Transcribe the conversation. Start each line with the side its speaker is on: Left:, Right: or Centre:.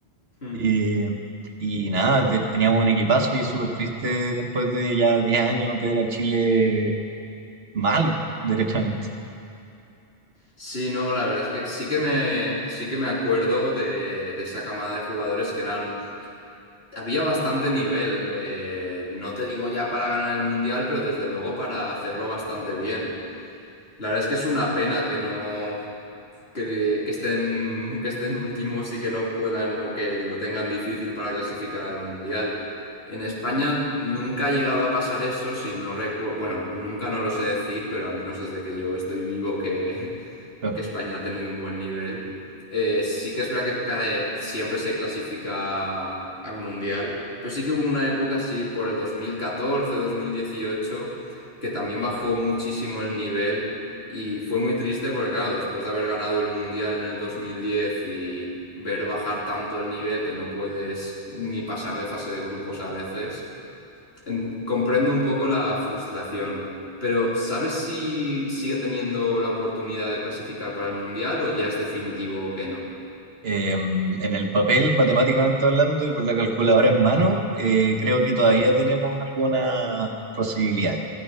Left: Hmm.
Right: eh, y nada, te- teníamos un equipazo y súper triste después de ya 10 años ver a Chile mal, derechamente.
Left: Sí, no, la verdad es que sí que me, sí que me acuerdo de, de esa camada de jugadores que eran... Había bastante nivel, eh, no te digo ya para ganar el mundial, pero desde luego para hacerlo bastante bien. La verdad es que es una pena que no, que, que estén, que estén últimos y que no puedan o que lo tengan difícil para clasificar al Mundial. En España nunca ha llegado a pasar eso, si no recuerdo, bueno, nunca no lo sé decir, pero al menos desde que yo estoy vivo que,
Right: Claro.
Left: que España ha tenido un buen nivel. Eh, sí que es verdad que cada- eh, siempre se clasifica al Mundial, pero sí que hubo una época así por el 2014, 2018, que también bajó muchísimo el nivel y fue muy triste porque claro, después de haber ganado el Mundial en el 2010 y ver bajar tanto el nivel que no puedes ni pasar de fase de grupos a veces en- comprendo un poco la frustración, pero ¿sabes si sigue teniendo la oportunidad de clasificar para el Mundial o ya es definitivo que no?
Right: Eh, en el papel, matemáticamente hablando y con la calculadora en mano, eh, creo que todavía tenemos algunas posibilidades.